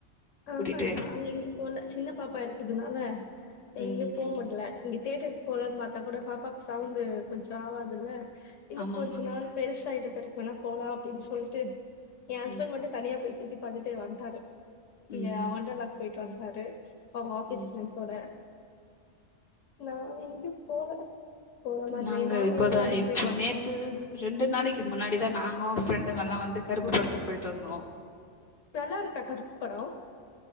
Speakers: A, on the left (about 85°); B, on the left (about 45°).
A: ஆஹா
B: கூட்டிட்டு
A: நங்க எங்கி போல சின்ன பாப்பா இரு அதனால
B: ம்
A: எங்கயு
B: ம்
A: போக முடியல இங்க தேியட்டருக்கு போகலனு பார்த்தா கூட பாப்பாக்கு சவுண்ட் கொஞ்சம் ஆகாதுல்ல இன்னும்
B: ஆமாங்க
A: கொஞ்சம்
B: ஆமாங்க
A: நாள் பெருச ஆயிட்ட பெரு அன போலா அப்டின்னு சொல்ட் என் ஹஸ்பண்ட்
B: ம்
A: மட்டும் தனியா போய் சுத்தி பாார்த்தட்டு வன்ட்டாரு இங்க
B: ம்
A: வண்டர்லாக் போயிட்டு வந்துாரு அவங்க ஆபீஸ்
B: ம்
A: ஃப்ரெண்ஸோட அ எங்கயு போல போற மாதிரல்ல
B: நாங்க
A: என் மாமியாரும்
B: இப்போதா
A: வேலக்கு
B: இப்போ
A: போயிட்டாங்க
B: நேத்து ரெண்டு நாளைக்கு முன்னாடிதான் நாங்க ஃப்ரெண்டுங்கல்லாம் வந்து கருப்பு படத்துக்கு போயிட்டு வந்தோம்
A: நல்லா இருக்கா கருப்பு படம்